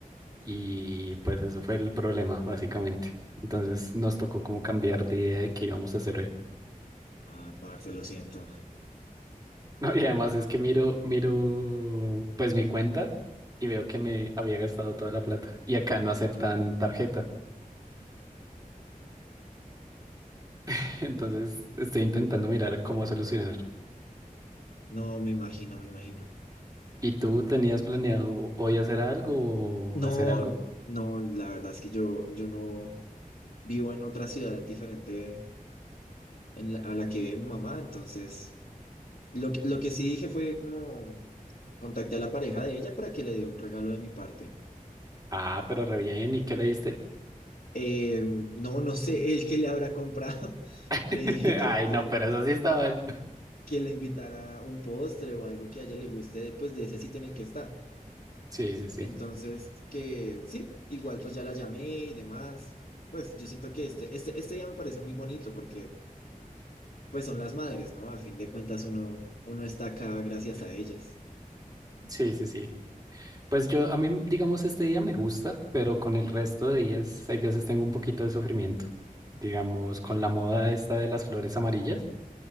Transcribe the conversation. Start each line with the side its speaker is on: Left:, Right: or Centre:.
Right: y pues eso fue el problema básicamente. Entonces nos tocó como cambiar de idea de qué íbamos a hacer hoy.
Left: Ah, parce, lo siento.
Right: No, y además es que miro, miro pues mi cuenta y veo que me había gastado toda la plata y acá no aceptan tarjeta. <laughs> Entonces estoy intentando mirar cómo solucionar.
Left: No, me imagino, me imagino.
Right: ¿Y tú tenías planeado hoy hacer algo
Left: No,
Right: o hacer algo?
Left: no, la verdad es que yo, yo no vivo en otra ciudad diferente en la- a la que vive mi mamá, entonces lo, que- lo que sí dije fue como contacté a la pareja de ella para que le dé un regalo de mi parte.
Right: Ah, pero re bien, ¿y qué le diste?
Left: Eh, no, no sé, el que le habrá comprado. <laughs>
Right: <laughs>
Left: Le dije que,
Right: Ay,
Left: que,
Right: no, pero eso sí está mal.
Left: que le invitara un postre o algo que a ella le guste de, pues, de ese sitio en el que está.
Right: Sí, sí, sí.
Left: Entonces, que sí, igual pues ya la llamé y demás. Pues yo siento que este, este, este día me parece muy bonito porque pues son las madres, ¿no? A fin de cuentas uno, uno está acá gracias a ellas.
Right: Sí, sí, sí. Pues yo, a mí, digamos, este día me gusta, pero con el resto de días, hay veces tengo un poquito de sufrimiento. Digamos, con la moda esta de las flores amarillas.